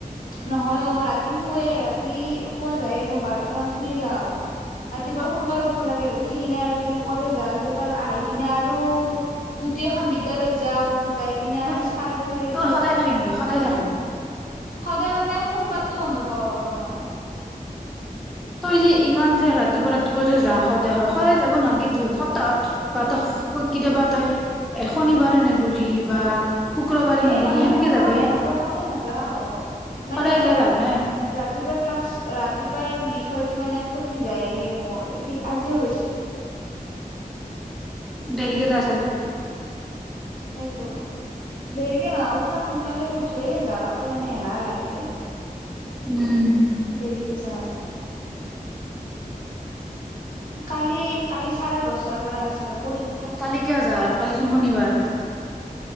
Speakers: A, on the left (about 65°); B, in the centre.
A: নহয় অ ৰাতি শুুৱে ৰাতি শুৱা যায়, মই বাৰটা মানত শুইয়ে যাওঁ। ৰাতিপুৱা সোনকালে উঠিব লাগে উঠি কিনে আৰু কলেজ যাওঁ। আহি কিনে আৰু দ্বিতীয় খন বিদ্যালয়ত যাওঁ। যাই কিনে
B: তোৰ
A: চাৰে চাৰিটাত-
B: তোৰ সদায় থাকে নেকি সদায় থাকে।
A: সদায় মানে সোমবাৰতটো বন্ধ পাওঁ অকল মই।
B: তই যে ইমান যে ৰাতিপুৱা ৰাতিপুৱা যে যায় সদায়, সদায় যাব নালাগেটো, সপ্তাহত বা কেতিয়াবা তই শনিবাৰে নগলি বা। শুক্ৰবাৰে
A: এ
B: নগলি
A: নহয়
B: সেনেকে
A: নহয়
B: যাবি
A: সদায় নাযাও সদায় নাযাও, মানে
B: সদায়
A: কি
B: যাই
A: হয়
B: লাভ নাই
A: ৰাতিপুৱা ক্লাছ ৰাতিপুৱাৰ থৈতো মানে খতি যায়ে মোৰ এতি আজিও হৈছে।
B: দেৰিকে যা চাগে।
A: ত' দেৰিকে ন উঠাত সোনকালে উথুৱেই যাৱাত মানে এলাহ লাগি- লাগি থাক
B: উম।
A: দেৰি কে যা <inaudible> কালি- কালি চাৰে দচ তাৰ পৰা আছে ৰ পৰি
B: কালি কিয় যা আৰু, কালিচোন শনিবাৰ।